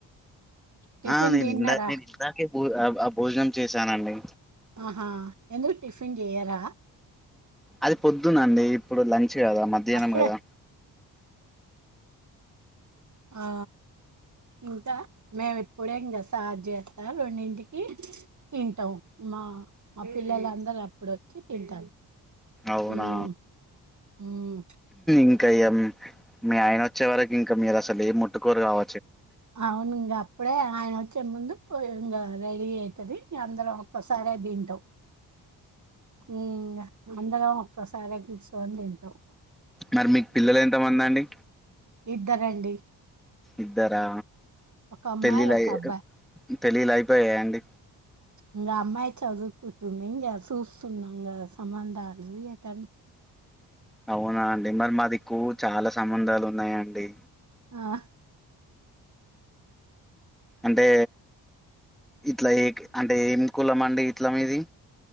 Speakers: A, on the right; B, in the centre.
A: టిఫిన్
B: ఆ నీను
A: తిన్నారా
B: ఇందా నేన్ ఇందాకే ఆ భోజనం చేశానండి
A: ఆహా ఎంద్ర టిఫ్ పిన్ చేయరా
B: అది పొద్దునండి ఇప్పుడు ల దా మధ్యనం
A: అప్పుడే
B: కదా
A: ఆ ఇంకా మేము ఇప్పుడే ఇంకాస్తాం తయారు చేస్తారు రెండింటికి తింటాం మా మా పిల్లలందరూ అప్పుడ వచ్చి తింటారు
B: అవునా
A: ఉమ్, ఉమ్.
B: ఇంకా మీ ఆయన వచ్చే వరకు ఇంకా మీరు అసలు ఏం ముట్టుకోరు కావ
A: అవునుంగ అప్పుడే ఆయన ముందు పోయి ఇంగ రెడి అయ్యి ది అందరం ఒక్కసారే తింటాం ఉం ఇంగ అందరం ఒక్కసారే కుసోని తింటం
B: మరి మీకు పిల్లలు ఎంత మంది అండి
A: ఇద్దరండి
B: ఇద్దరా
A: ఒక అమ్మాయి
B: పెళ్ల్లిల
A: ఒక
B: అయ్యా
A: అబ్బాయి
B: పెళ్లిళ్లు అయిపోయాయ అండి
A: ఇంగ అమ్మాయి చదువుకుంటుంది ఇంగా చూస్తున్నాంగా సంబంధాలు ఏటన్నా
B: అవునా అండి మరి మాదిక్కు చాలా సంబంధాలు ఉన్నాయండి
A: ఆహ్
B: అంటే ఇట్ల ఏ అంటే ఏం కులం అండి ఇట్ల మీది